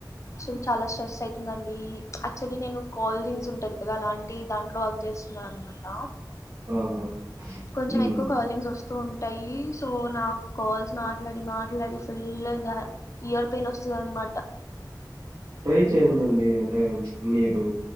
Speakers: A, on the left (about 40°); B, on the right (about 45°).
A: అసలు చాలా స్ట్రెస్ ఐతుండండి యాక్చువలీ నేను కాలింగ్స్ ఉంటది కదా అలాంటి దాంట్లో వర్క్ చేస్త న్న మాట
B: ఆహా
A: కొంచెం
B: హ్మ్.
A: ఎక్కువ కాలింగ్స్ వస్తు ఉంటాయి సో నాకు కాల్స్ మాట్లాడి మాట్లాడి ఫుల్ ఇంగా ఇయర్ పెయిన్ వస్తుందనమాట
B: ట్రై చేయండిండి అంటే మీరు